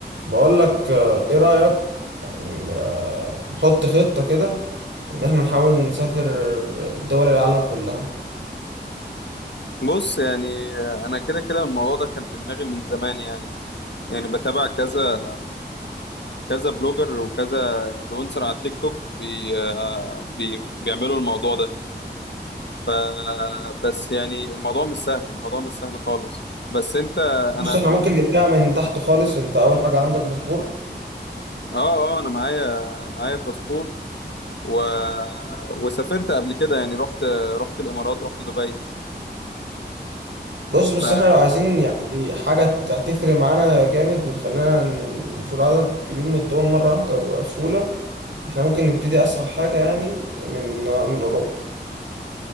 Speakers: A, on the right; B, on the left.
A: بقول لك آه، ايه رأيك يعني آه، نحط خطة كده ان احنا نحاول نسافر دول العالم كلها
B: بص يعني انا كده كده الموضوع ده كان في دماغي من زمان يعني يعني بتابع كذا كذا بلوجر وكذا انفلونسر على التيك توك بي آه، بي بيعملوا الموضوع ده ف بس يعني الموضوع مش سهل الموضوع مش سهل خالص بس انت
A: بص
B: انا
A: احنا
B: من
A: ممكن نبدأ من تحت خالص انت اول حاجة عندك باسبور
B: اه اه انا معايا معايا باسبور و... وسافرت قبل كده يعني رحت رحت الامارات رحت دبي
A: بص بس
B: ف
A: احنا لو عايزين يعني حاجة ت- هتفرق معانا جامد وتخلينا نزور عدد كبير من الدول مرة واحدة بسهولة احنا ممكن نبتدي اسهل حاجة يعني من آه، من اوروبا